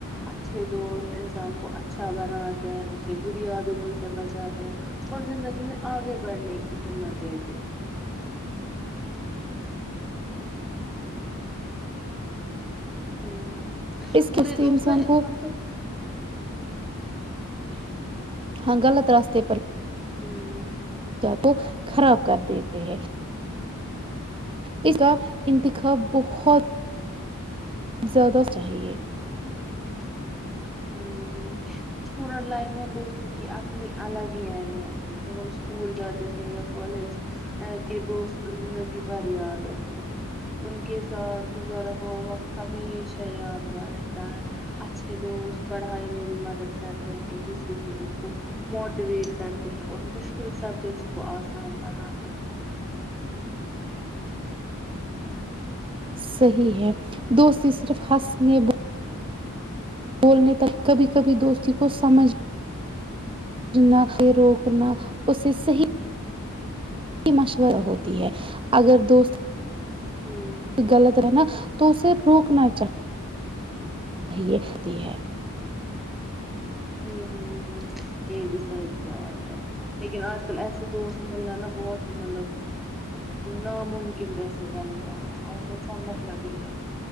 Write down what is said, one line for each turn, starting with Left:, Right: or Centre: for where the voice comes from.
Centre: اچھے دوست انسان کو اچھا بناتے ہیں اسے بری عدذوں سے بچاتے ہیں اور زندگی میں آگے بڑھنے کی ہمت دیتے ہیں ہوں
Right: اس کے
Centre: برے
Right: اس
Centre: دوست
Right: انسان
Centre: ن کو
Right: ہاں غلط راستے پر
Centre: ہوں
Right: کو خراب کر دیتے ہیں اس کا انتخاب بہت زیادہ چاہیے
Centre: ہ اسٹوڈینٹ لائف میں دوست کی اپنی الگ ہی اہمیت ہے جب ہم اسکول جاتے تھے یا کالج کے دوست زندگی بھر یاد رہتے ہیں ان کے ساتھ گزارا ہوا وقت ہمیشہ یادگار ہے تا ہے اچھے دوست پڑھائی میں بھی مدد کرتے ہیں ایک دوسرے کے کو موٹیویٹ کرتے ہیں اور مشکل سبجیکٹس کو آسان بنا دیتے ہیں
Right: صحیح ہے دوستی صرف ہنسنے بولنے تک کبھی کبھی دوستی کو سمجھ سھنا اسے روکنا اسے صحیح مشورہ ہوتی ہے اگر دوست
Centre: ہوں
Right: غلط ہے نا تو اسے روکنا چاہے چاہیےتی ہے
Centre: ہ ہ ہ یہ بھی سچ بات ہے لیکن آج کل ایسے دوست ملنا نا بہت مطلب ناممکن جیسے بن گیا آج کل سب مطلب ہی ہے